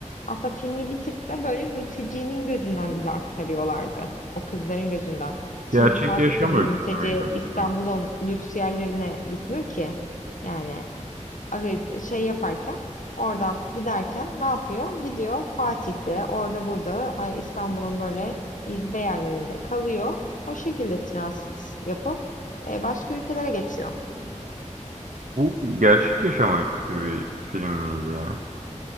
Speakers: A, on the left; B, on the right.
A: Aslında filmi bir tık da böyle mültecinin gözünden bize aktarıyorlardı. O kızların gözünden. Şimdi
B: Gerçek
A: kalkıp
B: yaşam
A: da bir
B: öyküsü
A: mülteci
B: müydü bu
A: İstanbul'un
B: film?
A: lüks yerlerine gitmiyor ki. Yani. Arayı- şey yaparken oradan giderken ne yapıyor? Gidiyor Fatih'te orada burada ay, İstanbul'un böyle izbe yerlerinde kalıyor. O şekilde transit yapıp e, başka ülkelere geçiyor.
B: Bu gerçek yaşam öyküsü bir film miydi ya?